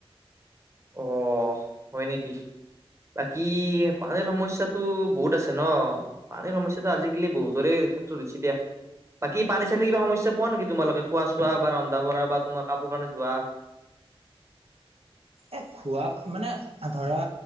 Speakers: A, on the right; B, on the right.
A: অ', হয় নেকি? বাকী পানীৰ সমস্যাটো বহুত আছে ন। পানীৰ সমস্যাটো আজিকালি বহুতৰে ক্ষেত্ৰত হৈছে দিয়া। বাকী পানী-চানী কিবা সমস্যা পোৱা নেকি তোমালোকে, খোৱা-চোৱা বা ৰন্ধা-বঢ়া বা তোমাৰ কাপোৰ কাৰণে ধোৱা?
B: এ খোৱা মানে ধৰা